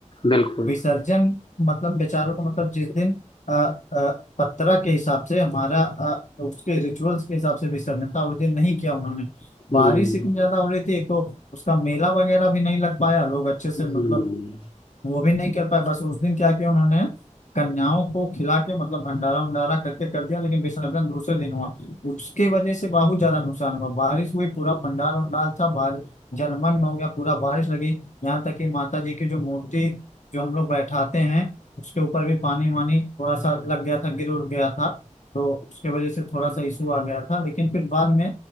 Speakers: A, on the left; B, on the left.
A: बिल्कुल।
B: विसर्जन मतलब बेचारों को मतलब जिस दिन अ, अ, पत्रा के हिसाब से हमारा अ, उसके रिचुअल्स के हिसाब से विसर्जन था उस दिन नहीं किया उन्होंने
A: हुँ,
B: बारिश इतनी ज्यादा हो रही थी एक तो उसका मेला वगैरह भी नहीं लग पाया लोग अच्छे से
A: हुँ,
B: मतलब वो भी नहीं कर पाए बस उस दिन क्या किया उन्होंने कन्याओं को खिला के मतलब भंडारा उंडारा करके कर दिया लेकिन विसर्जन दूसरे दिन हुआ उसके वजह से बहुत ज्यादा नुकसान हुआ बारिश हुई पूरा पंडाल उंडाल था बारिश जलमग्न हो गया पूरा बारिश लगी यहाँ तक कि माता जी की जो मूर्ति जो हम लोग बैठाते हैं उसके ऊपर भी पानी वानी थोड़ा सा लग गया था गिर उड़ गया था तो उसके वजह से थोड़ा सा इशू आ गया था लेकिन फिर बाद में